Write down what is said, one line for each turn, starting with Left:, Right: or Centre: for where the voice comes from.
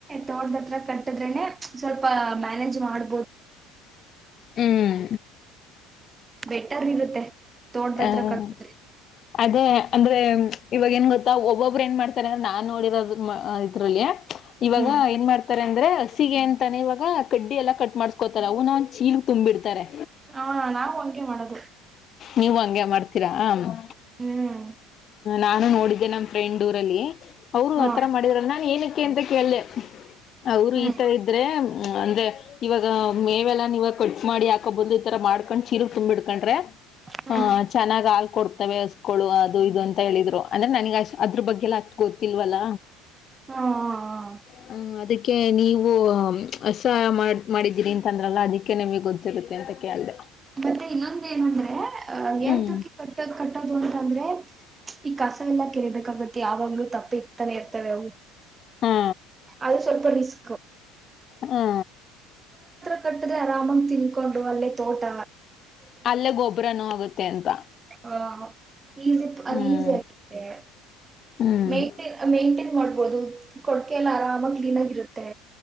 Right: ತೋರ್ <unintelligible> ಕಟ್ಟಿದ್ರೆ ಸ್ವಲ್ಪ ಮ್ಯಾನೇಜ್ ಮಾಡ್,
Left: ಹ್ಮ್
Right: ಬೆಟರ್ ಇರುತ್ತೆ ತೋಟದ
Left: ಹ
Right: ಹತ್ರ ಕಟ್ಟಿದ್ರೆ
Left: ಅದೇ ಅಂದ್ರೆ ಇವಾಗ ಏನ್ ಗೊತ್ತಾ ಒಬ್ಬೊಬ್ರು ಏನ್ ಮಾಡ್ತಾರೆ ಅಂದ್ರ ನಾ ನೋಡಿರೋದು ಇದ್ರರಲ್ಲಿ. ಇವಾಗ
Right: ಹ್ಮ್
Left: ಏನ್ ಮಾಡ್ತಾರೆ ಅಂದ್ರೆ ಹಸಿಗೆ ಅಂತಾನೆ ಇವಾಗ ಕಡ್ಡಿ ಎಲ್ಲಾ ಕಟ್ ಮಾಡ್ಸ್ಕೋತಾರ ಅವು ನ ಚೀಲ್ ತುಂಬಿಡ್ತಾರೆ
Right: ಹಾ -ನಾವು ಅಂಗೆ ಮಾಡದು
Left: ನೀವು ಹಂಗಗೆ ಮಾಡ್ತೀರಾ ಹ್ಮ-
Right: ಹ್ಮ್
Left: ನಾನು ನೋಡಿದ್ದೆ ನಮ್ ಫ್ರೆಂಡ್ ಊರಲ್ಲಿ ಅವ್ರು
Right: ಹ್ಮ್
Left: ಆತರ ಮಾಡಿದ್ರಲ್ಲ ನಾನನ್ ಏನಕ್ಕೆ ಅಂತ ಕೇಳ್ದ. ಅವರು
Right: ಹ್ಮ್
Left: ಈತರ
Right: ಹ್ಮ್
Left: ಇದ್ರೆ ಅಂದ್ರೆ ಮೇವೆಲ್ಲ ನೀವಾಗ ಕಟ್ ಮಾಡಿಾಕ ಬಂದು ಈತರ ಮಾಡ್ಕೊಂಡ್ ಚೀರು ತುಂಬ್ಡ್ಕೊಂಡ್ರೆ
Right: ಹ್ಮ್
Left: ಹಹ ಚೆನ್ನಾಗ್ ಹಾಲ್ ಕೊಡ್ತವೆ ಅಸ್ಕಳು ಅದು ಇದು ಅಂತ ಹೇಳಿ. ದ್ರು ಅಂದ್ರೆ ನನಗ್ ಅ್ ಅದ್ರ ಬಗ್ಗೆಲ್ಲ ಹತ್ ಗೊ ತಿಲ್ವಲ್ಲ
Right: ಹ್ಮ್
Left: ಹ್ಮ -ಅದಕ್ಕೆ ನೀವು ಸಹಾಯ ಮಾಡ್ ಮಾಡಿದ್ದೀರಿ ಅಂತಂದ್ರಲ್ಲ ಅದಕ್ಕೆ ನಮಗೆ ಗೊತ್ತಿರುತ್ತೆ ಅಂತ ಕೇಳ್ದ.
Right: ಮತ್ತೆ ಇನ್ನೊಂದ ಏನಂದ್ರೆ ಅ
Left: ಹ್ಮ್
Right: ಏತಕ್ಕೆ ಕಟ್ಟ ಕಟ್ಟೋದು ಅಂತಂದ್ರೆ‌ ಈ ಕಸ ಎಲ್ಲಾ ಕೆರಬೇಕಾಗತ್ತೆ ಯಾವಾಗ್ಲೂ ತಪ್ಪಿ ಇಕ್ತಾನೆ ಇರ್ತವೆ ಅವು
Left: ಹಾ
Right: ಅದು ಸ್ವಲ್ಪ ರಿಸ್
Left: ಹಾ
Right: ಕಟ್ಟಿದ್ರೆ ಆರಾಮಂಗ ತಿನ್ಕೊಂಡು ಅಲ್ಲೇ ತೋಟ
Left: ಅಲ್ಲೇ ಗೊಬ್ಬರ ಆಗುತ್ತೆ ಅಂತ.
Right: ಹ- ಈಸಿ ಅದ
Left: ಹ್ಮ್
Right: ಈಸಿ ಆಗೆ
Left: ಹ್ಮ್
Right: ಮೇಂಟೇನ್ ಮೇಂಟೇನ್ ಮಾಡ್ಬೋದು ಕೊಡ್ಕೆ ಎಲ್ಲ ಆರಾಮಾಗಿ ಕ್ಲೀನ್ ಆಗರುತ್ತೆ.